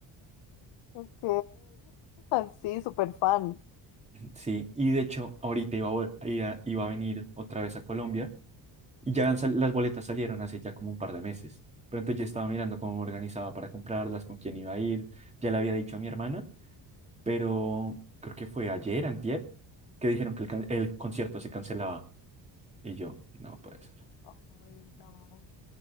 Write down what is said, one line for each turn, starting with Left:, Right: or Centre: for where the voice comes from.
Left: Ok. <laughs> Sí, súper fan.
Right: Sí, y de hecho, ahorita iba a, vol- iba iba a venir otra vez a Colombia Y ya han sal- las boletas salieron hace ya como un par de meses. Pero entonces yo estaba mirando cómo me organizaba para comprarlas, con quién iba a ir. Ya le había dicho a mi hermana, pero creo que fue ayer, antier, que dijeron que el, can- el concierto se cancelaba. Y yo, no puede ser.
Left: Ay, no.